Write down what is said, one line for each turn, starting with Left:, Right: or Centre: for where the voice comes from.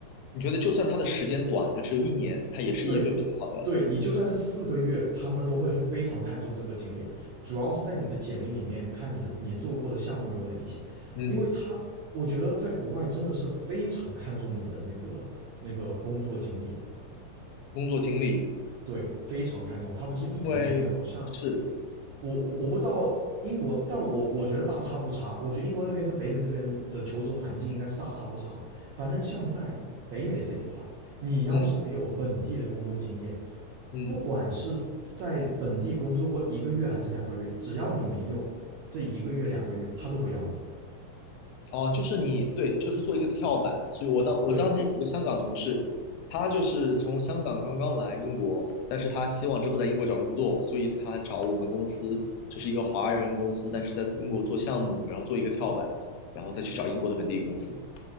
Left: 你觉得就算它的时间短，它只有一年，它也是一个比较好的
Right: 对，对你就算是四个月，他们都会非常看重这个经历，主要是在你的简历里面看你的你做过的项目有哪一些，
Left: 嗯
Right: 因为他我觉得在国外真的是非常看重你的那个那个工作经历的，
Left: 工作经历，
Right: 对，非常看重，他不是一点点看重，
Left: 因为是
Right: 像我我我不知道英国，但我我觉得大差不差。我觉得英国那边跟北美这边的求职环境应该是大差不差的。反正像在北美这一块，你要是没有本地的工作经验，
Left: 嗯嗯。
Right: 不管是在本地工作过一个月还是两个月，只要你没有这一个月两个月，他都不要你。
Left: 哦，就是你，对，就是做一个跳板。所以我当我当时有个香港同事，
Right: 对，
Left: 他就是从香港刚刚来英国，但是他希望之后在英国找工作，所以他找我们公司，就是一个华人公司，但是在英国做项目，然后做一个跳板，然后再去找英国的本地公司。